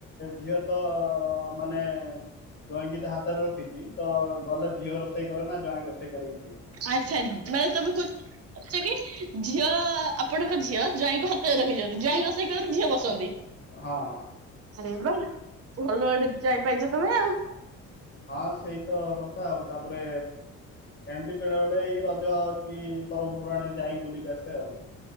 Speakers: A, on the left; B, on the right.
A: ଝିଅ ତ ମାନେ ଜଇଁକି ତା ହା ହାତରେ ରଖିଛି ତ ଗଲେ ଝିଅ ରୋଷେଇ କରେ ନା ଜ୍ବାଇଁ ରୋଷେଇ କରିକି ଦିଏ।
B: ଆଚ୍ଛାମାନେ ତମେ କହୁଚ ଛ କି ଝିଅ ଆପଣଙ୍କ ଝିଅ ଜ୍ୱାଇଁଙ୍କୁ ହାତରେ ରଖିଛନ୍ତି ଜ୍ୱାଇଁ ରୋଷେଇ କର ଝିଅ ବସନ୍ତି।
A: ହଁ।
B: ଆରେ ବା ଭଲ ଆଡେ ଯ୍ୱାଇ ପାରଛ ତମେ।
A: ହଁ ସେଇ ତ କଥା ଆଉ ତାପରେ କେମିତି ବେଳେ ବେଳେ ଏଇ ରଜ କି ପର୍ବପର୍ବାଣିରେ ଯାଇ ବୁଲିକି ଆସେ ଆଉ।